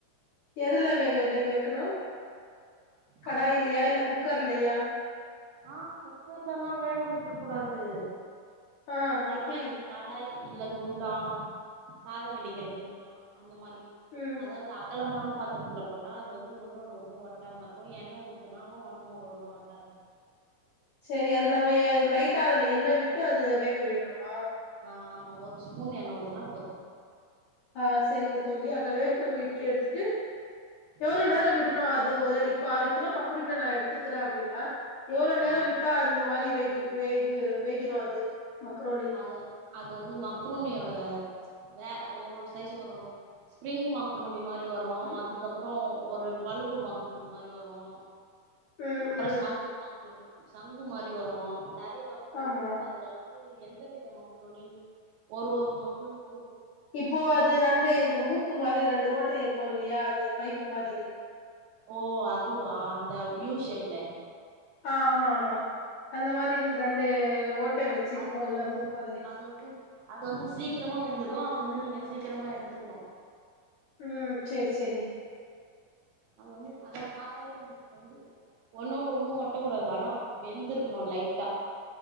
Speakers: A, on the left; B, on the right.
A: எதுல வேக வேக வக்கணு கடாயிலயா
B: ஆ
A: இல்ல கூக்கர்லா
B: ஆஹ் குக்கர்ல்லா வேக விட்டுரு கூடாது
A: ஆஹ்
B: கடாய்
A: எப்படி
B: கடாய் இல்ல குண்டா சாதம் வெடிக்கிற குஞ்சம் <inaudible> அந்த மாதிரி
A: ம்
B: அதாவது அகலமான பாத்ரத்தல பண்ணா அது வந்து ஒன்னோடு ஒன்னு ஒட்டாம இருக்கும் எண்ணெய் ஊத்தனாலு ஒன்னுடு ஒன்னு ஒட்டாது
A: சரி அது நம்ம லைட்டா அதுல எண்ணெய விட்டு அது வேக்க விடணுமா
B: ஆ ஆமா ஒரு ஸ்பூன் எண்ண ஊத்துனா போதும்
A: ஆஹ் சரிங்க தோல்லி அகவே வீட்டு எடுத்துட்டு எவ்வளவு
B: வேக
A: நேரம்
B: விட்டு
A: விடனும் அது ஒரு -- இப்போ அரை கிலோ மக்ருண நான் எடுத்துக்கிறேன் அப்படின்னா எவ்வளோ
B: ஆ
A: நேரம் விட்டா அந்த மாதிரி ககிரும் அது <unintelligible> மக்கரோனி
B: அது அது வந்து மக்ரோனியோட வே ஒரு ஒரு சைஸ் ஒரு ஒரு ஸ்பிரரிங் மக்ரூனி மாதிரி வரும்
A: ம்
B: அதுக்கப்புறம் ஒரு பழுப்பு மக்கரோனி மாதிரி வரும்
A: ம்
B: அப்புறம்
A: ம்.
B: சங் மக்கரோ சங்கு மாதிரி வரும் ந வும்
A: ஆமா
B: இருக்கு அததுால <unintelligible> என்ன் <unintelligible> வித -வித மக்கரோனின் ஒரு ஒரு மக்கரோனி
A: இப்போ அது ரெண்டு இந்த மூக்கு மாதிரி ரெண்டு ஓட்டம் இருக்கும் ா <unintelligible> அது பைப்பு மாதிரி
B: ஓ அதுவா இந்த வியூ ஷேப்ல
A: ஆஹ் ஆமா ஆமா அந்த மாதிரி இருந்து ரெண்டு ஓட்டை வச்சிருக்கோம்
B: அது
A: இல்ல
B: வந்து
A: மூக்கு மாதிரி
B: அது வந்து அது வந்து சீக்கிரமா வெந்துடும் அது வந்து நீங்க சீக்கிரமா எடுத்துண்ணும்
A: உம் சரி சரி
B: அ வந்து அத பார்த்தாலே நம்ம வந்து ஒன்னோட ஒண்ணும் ஓட்டக்கூடாது ஆனா வெந்து இருக்கணும் லைட்டா